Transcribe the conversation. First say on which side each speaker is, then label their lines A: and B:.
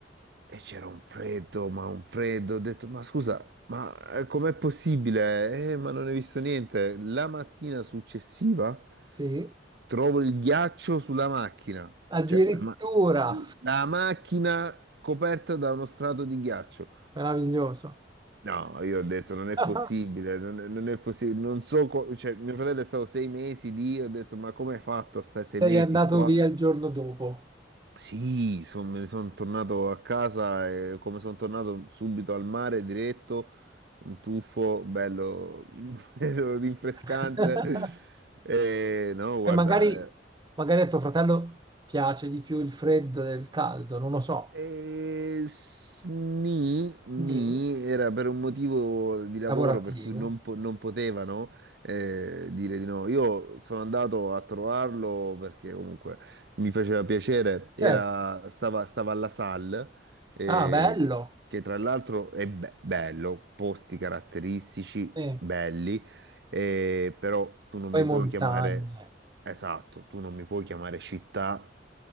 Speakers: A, on the right (about 65°); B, on the right (about 25°).
A: E c'era un freddo, ma un freddo. Ho detto, ma scusa, ma eh, com'è possibile? Eh, ma non hai visto niente. La mattina successiva
B: sì.
A: trovo il ghiaccio sulla macchina.
B: Addirittura,
A: Cioè, la, ma- la macchina coperta da uno strato di ghiaccio.
B: meraviglioso.
A: No, io ho detto, non è
B: <laughs>
A: possibile, non è, non è possibile. Non so, co- cioè, mio fratello è stato sei mesi lì, ho detto, ma come hai fatto a stare sei
B: Sei
A: mesi
B: andato
A: qua?
B: via il giorno dopo.
A: Sì, son- me ne sono tornato a casa e come sono tornato subito al mare diretto, un tuffo bello, <laughs> bello rinfrescante.
B: <laughs>
A: E, no, guarda,
B: E magari,
A: eh,
B: magari a tuo fratello piace di più il freddo del caldo, non lo so.
A: Eh, s- nì, nì,
B: Nì,
A: era per un motivo di lavoro
B: lavorativo.
A: per cui non, po- non potevano eh, dire di no. Io sono andato a trovarlo perché comunque mi faceva piacere,
B: Certo.
A: era- stava, stava alla SAL, eh,
B: Ah, bello.
A: che tra l'altro è be- bello, posti caratteristici,
B: Sì.
A: belli, eh, però tu non
B: Poi
A: mi
B: montagne.
A: puoi chiamare, esatto, tu non mi puoi chiamare città